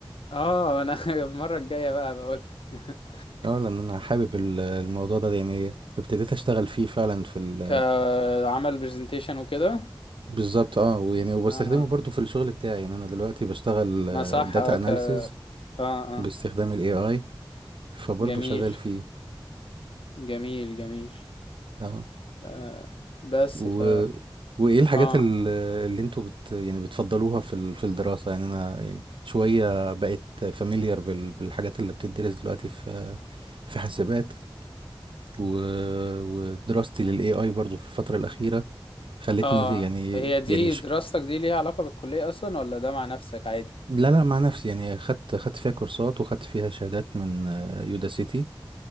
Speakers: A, on the left; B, on the right.
A: آه، أنا <laughs> المرة الجاية بقى بقول <laughs>
B: اه لان انا حابب ال- الموضوع ده يعني ابتديت اشتغل فيه فعلا في ال...
A: كعمل برزنتيشن وكده
B: بالظبط اه ويعني وبستخدمه
A: اه اه
B: برضو في الشغل بتاعي يعني انا دلوقتي بشتغل
A: ما صح
B: داتا
A: اه ك
B: اناليسز
A: اه اه
B: باستخدام الاي اي فبرضو
A: جميل
B: شغال فيه
A: جميل جميل
B: اه
A: آه بس
B: و
A: ف
B: وايه الحاجات
A: اه
B: ال- اللي انتوا بت يعني بتفضلوها في ال... في الدراسة يعني انا يعني شوية بقيت فاميليار بال... بالحاجات اللي بتدرس دلوقتي في في حاسبات و... ودراستي للاي اي برضو في الفتره الاخيره خلتني
A: اه
B: يعني
A: هي دي
B: يعني ش...
A: دراستك دي ليها علاقة بالكلية اصلا ولا ده مع نفسك عادي
B: لا لا مع نفسي يعني خدت خدت فيها كورسات وخدت فيها شهادات من آه، يودا سيتي